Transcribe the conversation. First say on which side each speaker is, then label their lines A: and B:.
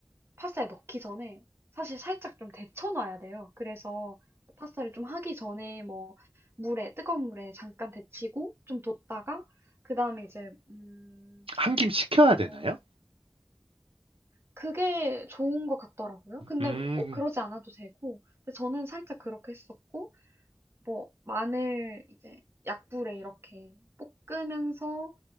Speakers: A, on the right; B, on the right.
A: 파스타에 넣기 전에 사실 살짝 좀 데쳐놔야 돼요. 그래서 파스타를 좀 하기 전에 뭐 물에, 뜨거운 물에 잠깐 데치고 좀 뒀다가 그 다음에 이제, 음,
B: 한 김 식혀야 되나요?
A: 어, 그게 좋은 것 같더라고요. 근데
B: 음,
A: 꼭 그러지 않아도 되고, 근데 저는 살짝 그렇게 했었고, 뭐, 마늘 이제 약불에 이렇게 볶으면서,